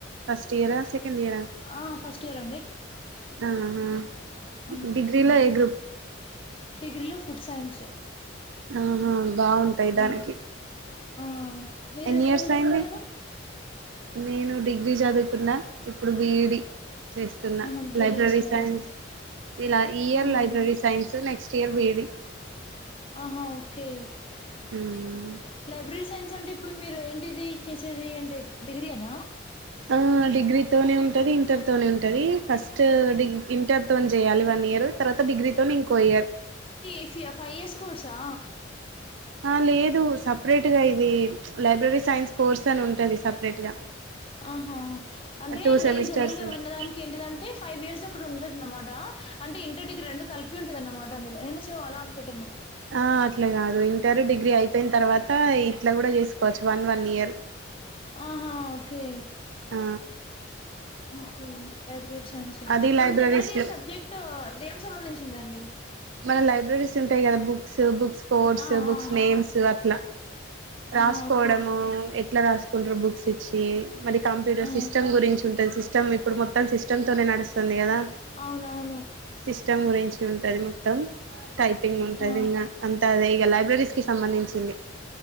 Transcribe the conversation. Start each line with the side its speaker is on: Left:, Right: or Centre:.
Right: ఫస్ట్ ఇయరా సెకండ్ ఇయరా
Left: ఆ ఫస్ట్ ఇయర్ అండి
Right: ఆహ
Left: ఆ
Right: డిగ్రీలా ఏ గ్రూప్
Left: డిగ్రీలో ఫుడ్ సైన్స్
Right: ఆహ బాగుంటాయి దానికి
Left: మ్మ్ ఆ మీరు
Right: ఎన్ని
Left: ఎక్కడవరకు
Right: ఇయర్స్
Left: చదువుకున్నారు
Right: అయింది నేను డిగ్రీ చదువుకున్న ఇప్పుడు బిఈడి చేస్తున్న
Left: ఆహా బీడీ
Right: లైబ్రెరీ
Left: చేసినారా
Right: సైన్స్ ఇలా ఈ ఇయర్
Left: ఆహా
Right: లైబ్రెరీ సైన్స్ నెక్స్ట్ ఇయర్ బిడి
Left: ఆహ ఓకే
Right: ఉమ్
Left: లైబ్రెరీ సైన్స్ అంటే ఇప్పుడు మీరు ఏంటిది చేసేది అంటే డిగ్రీ ఎనా
Right: ఆ డిగ్రీతోనే ఉంటుంది ఇంటర్ తోనే ఉంటుది ఫస్ట్ డిగీ ఇంటర్ తోనె చేయాలి వన్ ఇయర్ తర్వాత డిగ్రీతోనె ఇంకో ఇయర్
Left: ఇసియా ఫై ఇయర్స్ కోర్సా
Right: ఆ లేదు సప్రేట్గా ఇది లైబ్రెరీ సైన్స్ కోర్స్ అని ఉంటది సప్రేట్ గా
Left: ఆహా అంటే
Right: టూ
Left: నేను
Right: సెమిస్టర్స్
Left: జన్రల్ గా
Right: ఉంటాయి
Left: విన్నడాానికి ఏంటిదంటే ఫైవ్ ఇయర్స్ ఒక ఉండ ట అన్నమాట అంటే ఇంటడికి రెండు కలిపి ఉంటంది అన్నమాట అందులో నేను సో అలా అనుకుంటున్నాను
Right: ఆ అట్ల గాదు ఇంటర్ డిగ్రీ అయిపోయిన తర్వాత ఇట్లా కూడా చేసుకోవచ్చు వన్ వన్ ఇయర్
Left: ఆహా ఓకె
Right: ఆ
Left: ఓకే లైబ్రరీ సైన్స్ అంటే
Right: అది లైబ్రరీస్
Left: జెన్రల్ గా ఈ
Right: లో
Left: సబ్జెక్ట్ దేనికి సంబంధించిందండి
Right: మన లైబ్రెరీస్ ఉంటాయి కదా బుక్స్ బుక్స్ కోడ్స్
Left: ఆ
Right: బుక్స్
Left: ఆ
Right: నేమ్స్ అట్ల రాసుకోవడము
Left: ఆహా ఓకే
Right: ఎట్ల రాసుకుంటారు బుక్స్ ఇచ్చి మది కంప్యూటర్
Left: ఆ
Right: సిస్టమ్ గురించి ఉంటుంది సిస్టమ్ ఇప్పుడు మొత్తం సిస్టమ్ తోనే నడుస్తుంది గదా
Left: అవునవును
Right: సిస్టమ్ గురించి ఉంటది మొత్తం టైపింగ్ ఉంటంది
Left: ఆ
Right: ఇంగ అంతె అదే ఇక లైబ్రరీస్ కి సంబంధించింది